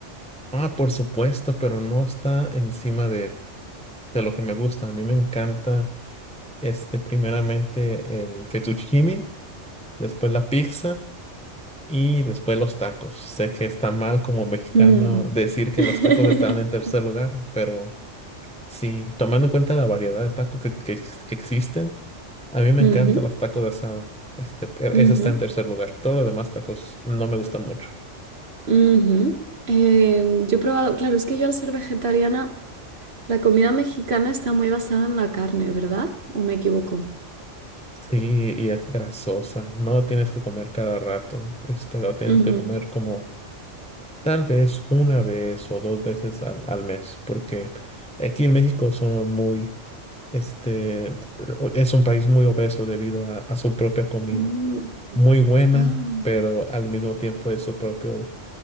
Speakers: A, in the centre; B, on the right.
A: Ah, por supuesto, pero no está encima de de lo que me gusta. A mí me encanta, este, primeramente el fettuccine, después la pizza y después los tacos. Sé que está mal como mexicano
B: Mm.
A: decir que
B: <laughs>
A: los tacos están en tercer lugar, pero sí, tomando en cuenta la variedad de tacos que, que ex- existen, a mí me encantan
B: Ujú,
A: los tacos de asada. Este, e-
B: ujú,
A: esa está en tercer lugar. Todos los demás tacos no me gustan mucho.
B: ujú. Em, yo he probado, claro, es que yo al ser vegetariana, la comida mexicana está muy basada en la carne, ¿verdad? ¿O me equivoco?
A: Sí, y es grasosa. No lo tienes que comer cada rato. Este, lo tienes
B: Ujú.
A: que comer como Tal vez una vez o dos veces al, al mes, porque aquí en México somos muy, este, o- es un país muy obeso debido a, a su propia comida.
B: Mm,
A: Muy buena,
B: Ah.
A: pero al mismo tiempo es su propio,